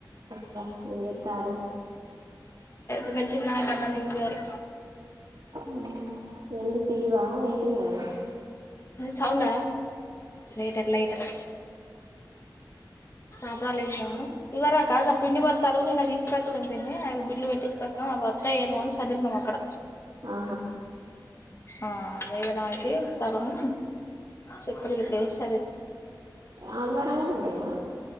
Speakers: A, on the right; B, on the left.
A: చెప్పు ఏం చెస్తున్నారు.
B: ఒకల్ చిన్న పనెన్నె ఎందుకు ఇవ్వాలి
A: ఉమ్ ఏంటి టీవా ఏంటికిరాని
B: సౌండ లైటర్ లైటర్ అప్పుడలు ఎంచవ బాగ పిండి <unintelligible> నిన్న తీసుకొచ్చినాం పిన్ని అవి బిల్లు పెట్టి తీసుకొచ్చినాం ఆ వర్తఏమో అని చదురుతున్నాము అక్కడ
A: ఆ
B: ఆ వేయడానికి స్థలము చెక్కలకి <unintelligible>
A: ఆదివారం కూడ ఉంటయా